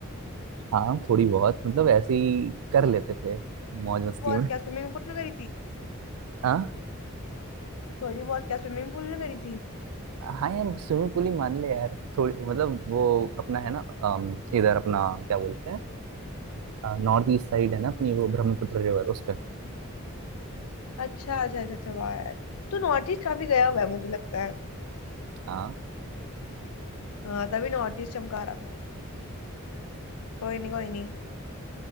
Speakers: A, on the right; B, on the left.
A: हाँ थोड़ी बहुत मतलब ऐसे ही कर लेते थे मौज मस्ती
B: बहुत
A: में
B: क्या स्विमिंग पूल में करी थी
A: हाँ
B: थोड़ी बहुत क्या स्विमिंग पूल में करी थी
A: हाँ यार स्विमिंग पूल ही मान ले यार थोड़ी मतलब वो अपना है ना अम, इधर अपना क्या बोलते हैं नॉर्थ ईस्ट साइड है ना अपनी वो ब्रह्मपुत्र रिवर उस पे
B: अच्छा अच्छा अच्छा अच्छा वाह यार तू नॉर्थ ईस्ट काफी गया हुआ है मुझे लगता है
A: हाँ
B: हाँ तभी नॉर्थ ईस्ट चमका रहा था कोई नहीं कोई नहीं